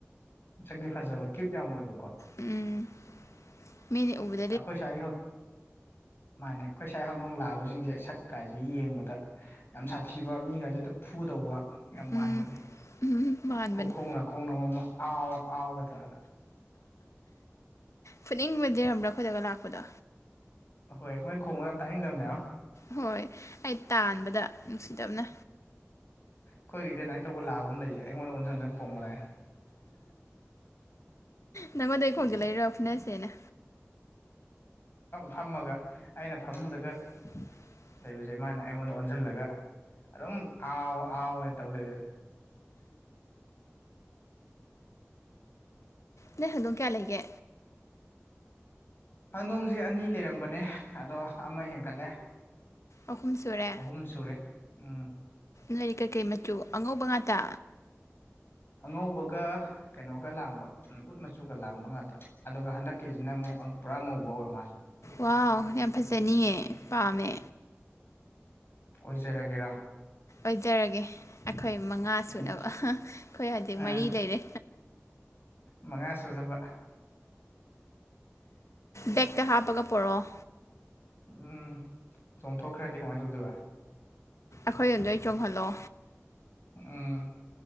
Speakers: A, on the left; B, on the left.
A: ꯃꯁꯛꯤ ꯐꯖꯕ ꯀ꯭ꯌꯨꯠ ꯌꯥꯝ ꯑꯣꯏꯕꯀꯣ
B: ꯎꯝ ꯃꯤꯅ ꯎꯕꯗ
A: ꯆꯈꯣꯏ ꯁꯏꯍꯣ ꯃꯥꯅꯦ ꯑꯩꯈꯣꯏ ꯁꯥꯏ ꯍꯧꯗꯣꯡ ꯂꯥꯛꯑꯕꯁꯤꯡꯁꯦ ꯁꯛꯀꯁꯦ ꯌꯦꯡꯕꯗ ꯌꯥꯝ ꯁꯥꯊꯤꯕ ꯃꯤꯒꯁꯦ ꯐꯨꯗꯧꯕ ꯌꯥꯝ ꯃꯥꯟꯕꯅꯦ
B: ꯎꯝ ꯎꯝ ꯃꯥꯟꯕꯅꯦ
A: ꯈꯣꯡ ꯂ ꯈꯣꯡꯅ ꯑꯃ ꯑꯥꯎ ꯑꯥꯎꯒ ꯇꯧꯔ
B: ꯄꯨꯅꯤꯡꯕꯨꯨ ꯂꯩꯔꯝꯕ꯭ꯔꯥ ꯈꯨꯣꯏꯗꯒ ꯂꯥꯛꯄꯗꯣ
A: ꯑꯍꯣꯏ ꯃꯣꯏ ꯈꯣꯡ ꯌꯥꯝ ꯇꯥꯛꯏꯅꯤꯡꯗꯕꯅꯦ
B: ꯍꯣꯏ ꯑꯩ ꯇꯥꯟꯕꯗ ꯅꯨꯡꯁꯤꯗꯕꯅ
A: ꯑꯩꯈꯣꯏꯒꯤꯗꯤ ꯑꯗꯨꯥꯏꯅ ꯇꯧꯕ ꯂꯥꯕ ꯑꯃ ꯂꯩꯌꯦ ꯑꯩꯉꯣꯟꯗ ꯑꯣꯟꯖꯟ ꯈꯣꯡꯕ ꯂꯥꯛꯦ
B: ꯅꯪꯉꯣꯟꯗꯩ ꯈꯣꯡꯁꯦ ꯂꯩꯔ ꯐꯨꯅꯁꯦꯅ
A: ꯐꯝꯃꯒ ꯑꯩꯅ ꯐꯝꯃꯨꯡꯗꯒ
B: <inaudible>
A: ꯂꯩꯕꯁꯦ ꯃꯥꯅ ꯑꯩꯉꯣꯟꯗ ꯑꯣꯟꯁꯤꯜꯂꯒ ꯑꯗꯨꯝ ꯑꯥꯎ ꯑꯥꯎꯋ ꯇꯧꯔꯛꯦ
B: ꯅ ꯑꯗꯨꯗꯣꯝ ꯀꯌꯥ ꯂꯩꯒꯦ
A: ꯍꯪꯗꯣꯡꯁꯦ ꯑꯅꯤ ꯂꯩꯔꯝꯕꯅꯦ ꯑꯗꯣ ꯑꯃ ꯍꯦꯟꯒꯠꯂꯦ
B: ꯑꯍꯨꯝ ꯁꯨꯔꯦ
A: ꯑꯍꯨꯝ ꯁꯨꯔꯦ ꯎꯝ
B: ꯂꯥꯏꯔꯤꯛ ꯀꯩꯀꯩ ꯃꯆꯨ ꯑꯉꯧꯕ ꯉꯥꯛꯇ
A: ꯑꯉꯧꯕꯒ ꯀꯩꯅꯣꯒ ꯂꯥꯡꯕ ꯎꯠ ꯃꯆꯨꯒ ꯂꯥꯡꯕ ꯉꯥꯛꯇ ꯑꯗꯨꯒ ꯍꯟꯗꯛꯀꯤꯁꯤꯅ ꯑꯃꯨꯛ ꯄꯨꯔꯥ ꯉꯧꯕ ꯑꯣꯏꯔ ꯃꯥ
B: ꯋꯥꯎ ꯌꯥꯝ ꯐꯖꯅꯤꯑ ꯄꯥꯝꯃꯦ
A: ꯑꯣꯏꯖꯔꯒꯦꯔꯥ
B: ꯑꯣꯏꯖꯔꯒꯦ ꯑꯩꯈꯣꯏ ꯃꯉꯥ
A: ꯎꯝ
B: ꯁꯨꯅꯕ ꯑꯩꯈꯣꯏ ꯍꯧꯖꯤꯛ
A: ꯑ
B: ꯃꯔꯤ ꯂꯩꯔꯦ
A: ꯃꯉꯥ ꯁꯨꯅꯕ
B: ꯕꯦꯛꯇ ꯍꯥꯞꯄꯒ ꯄꯔꯛꯑꯣ
A: ꯎꯝ ꯆꯣꯡꯊꯣꯛꯈ꯭ꯔꯗꯤ ꯀꯃꯥꯏꯅ ꯇꯧꯗꯣꯏꯕ
B: ꯑꯩꯈꯣꯏ ꯑꯣꯝꯗꯩ ꯆꯣꯡꯍꯜꯂꯣ
A: ꯑꯥ